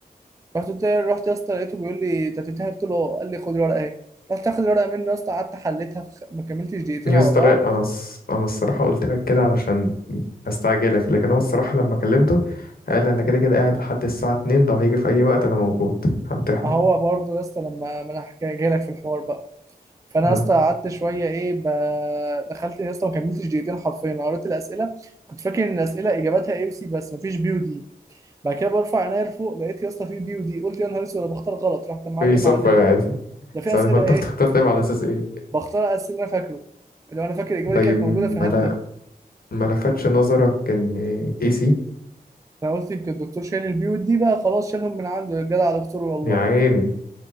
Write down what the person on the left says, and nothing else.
يا
اسطى
لا انا الص- انا الصراحه قلت لك كده علشان استعجلك لكن هو الصراحه لما كلمته قال انا كده كده قاعد لحد الساعه 2 لو هيجي في اي وقت انا موجود همتحنه
ها.
في صف
قاعد
ثواني
هو انت
بتختار طيب على اساس ايه
طيب
ما
لا
ما لفتش نظرك ان اي سي
يا عيني